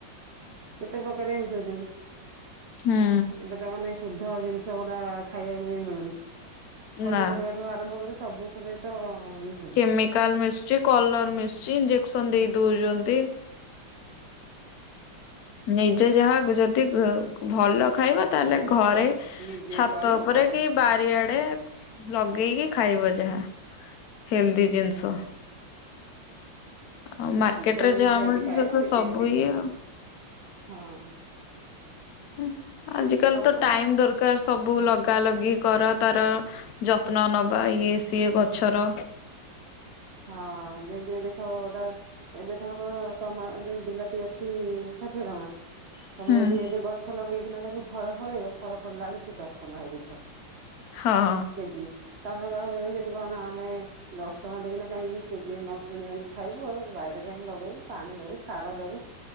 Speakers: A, on the right; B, on the left.
A: କେତେ ପ୍ରକାର ମିଶାଉଛନ୍ତି,
B: ହୁଁ
A: ଏବେ ତମନେ ଶୁଦ୍ଧ ଜିନିଷ ଗୁଡା ଖାଇବାକୁ ବି ମିଳୁନି। ପନିପରିବା
B: ନା
A: ଠୁ ଆରମ୍ଭ କରି ସବୁଥିରେ ତ ମିସ୍
B: କେମିକାଲ୍ ମିଶୁଚି କଲର୍ ମିଶଚି ଇଞ୍ଜେକ୍ସନ ଦେଇ
A: ହୁଁ
B: ଦଉଛନ୍ତି। ନିଜେ ଯାହା ଗଯଦି ଘ ଭଲ ଖାଇବ ତାହେଲେ ଘରେ
A: ନିଜେ
B: ଛାତ
A: କରିବ
B: ଉପରେ
A: ଖାଇବ
B: କି ବାରିଆଡେ ଲଗେଇକି ଖାଇବ ଯାହା, ହେଲ୍ଦି ଜିନଷ ଆଉ ମାର୍କେଟରେ
A: ଶୁଦ୍ଧ ଜିନିଷ
B: ଯାହା ମିଳ
A: ଯଦି ଖାଇବ
B: ସେ ତ
A: ନିଜେ
B: ସବୁ
A: କରି
B: ଇଏ
A: ଖାଇବ
B: ଆଉ।
A: ହଁ।
B: ହଁ ଆଜି କାଲି
A: ସବୁଠୁ
B: ତ ଟାଇମ ଦରକ୍ କାର ସବୁ ଲଗା ଲଗି କର ତାର ଯତ୍ନ ନବା ଇଏ ସିଏ ଗଛର।
A: ହଁ ଅଁ ଯେମିତି ଦେଖ ଅଦା ଏବେ ଧର ତମ ଆ ବିଲାତି ଅଛି ଷାଠିଏ ଟଙ୍କା ତମେ
B: ହଁ।
A: ଯଦି ଏବେ ଗଛ ଲଗେଇକିନା ତାଙ୍କୁ ଫଳ ଫଳେଇବ ଫଳ ଫଳିଲା ବେଳେକୁ ସେ ଦଶ ଟଙ୍କା ହେଇଯାଇଥିବ।
B: ହଁ ଅଁ
A: କେଜି ତମେ କହିବ ସେଠୁ କଣ ଆମେ ଦଶ ଟଙ୍କା ଦେଇ କିନା କାହିଁକି କେଜି ନ କିଣି ଆଣି ଖାଇବୁ ଆଉ ବାଇରେ କାହିଁକି ଲଗେଇବୁ ପାଣି ଦବୁ ସାର ଦବୁ